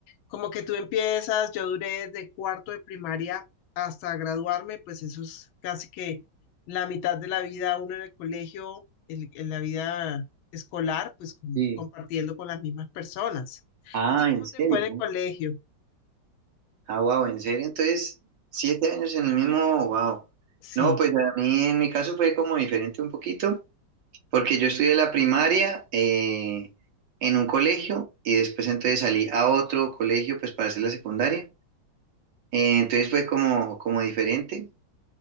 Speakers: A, on the left (about 85°); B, on the right (about 65°).
A: como que tú empiezas, yo duré de cuarto de primaria hasta graduarme, pues eso es casi que la mitad de la vida uno en el colegio, el- en la vida escolar, pues com-
B: Sí.
A: compartiendo con las mismas personas.
B: Ah,
A: ¿A ti cómo
B: ¿en serio?
A: te fue en el
B: no?
A: colegio?
B: Ah, wow, ¿en serio? Entonces, siete años en el mismo, wow.
A: Sí,
B: No, pues a mí en mi caso fue como diferente un poquito, porque yo estudié la primaria eh, en un colegio y después entonces salí a otro colegio pues para hacer la secundaria. Eh, entonces fue como, como diferente